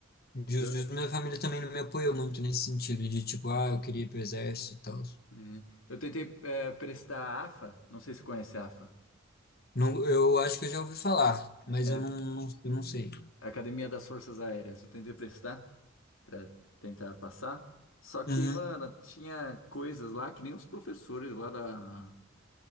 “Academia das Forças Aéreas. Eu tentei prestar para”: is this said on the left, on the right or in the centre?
Left